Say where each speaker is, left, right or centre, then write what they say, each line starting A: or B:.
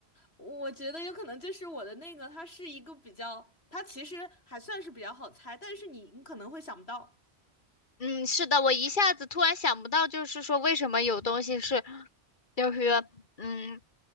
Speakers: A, on the left; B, on the left.
A: 我觉得有可能就是我的那个，它是一个比较，它其实还算是比较好猜，但是你你可能会想不到。
B: 嗯是的，我一下子突然想不到，就是说为什么有东西是，就是嗯，